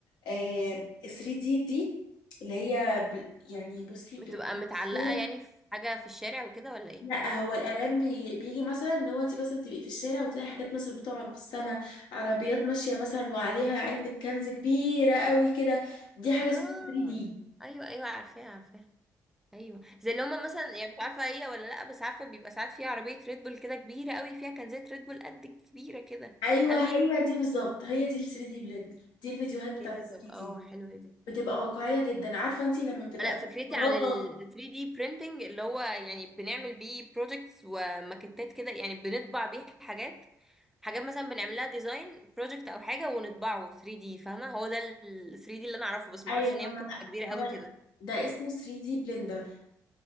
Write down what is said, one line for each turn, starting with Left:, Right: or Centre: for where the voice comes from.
Left: آه 3 دي دي اللي هي بل يعني بصي بتبقى
Centre: بتبقى متعلقة
Left: في الشارع
Centre: يعني في حاجة في الشارع وكده ولا ايه
Left: لا هو الاعلان بي بيجي مثلا ان هو انتي مثلا تبقي في الشارع وتلاقي حاجات مثلا بتقع في السماء عربيات ماشية مثلا وعليها علبة كنز كبيرة قوي كده دي حاجة
Centre: اه
Left: اسمها 3 دي
Centre: ايوه ايوه عارفاها عارفاها ايوه زي اللي هما مثلا يعني مش عارفة هي ولا لا بس عارفة بيبقى ساعات فيها عربية ريد بول كده كبيرة قوي فيها كنزات ريد بول قد كبيرة كده
Left: ايوه
Centre: هل هي
Left: هي دي بالظبط هي دي ال 3 دي بلندر دي الفيديوهات بتاعت
Centre: ايه ده
Left: ال 3
Centre: طب
Left: دي
Centre: اه حلوة دي
Left: بتبقى واقعية جدا عارفة انتي لما بتبقى
Centre: انا
Left: الشوكولاتة
Centre: فكرتي عن ال 3D printing اللي هو يعني بنعمل بيه projects وماكتات كده يعني بنطبع بيه حاجات حاجات مثلا بنعمل لها ديزاين بروجكت او حاجه ونطبعه 3D فاهمه هو ده ال 3D اللي انا اعرفه بس ما
Left: ايوه
Centre: اعرفش ان
Left: فاهمة
Centre: هي ممكن تبقى
Left: لا
Centre: كبيره قوي كده
Left: ده ده اسمه 3D بلندر